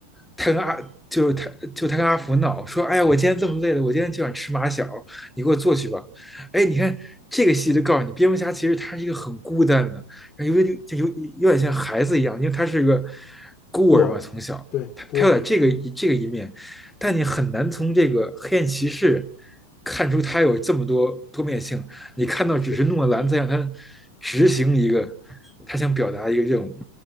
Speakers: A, in the centre; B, on the left.
A: 他跟阿就是他就他跟阿福闹说，哎呀，我今天这么累了，我今天就想吃马小，你给我做去吧。哎，你看这个戏就告诉你，蝙蝠侠其实他是一个很孤单的，有点就有有点像孩子一样，因为他是个孤儿嘛，
B: 孤儿，
A: 从小他他有点这个这个一面，
B: 对，孤儿，嗯。
A: 但你很难从这个黑暗骑士看出他有这么多多面性。你看到只是诺兰在让他
B: 是。
A: 执行一个他想表达一个任务，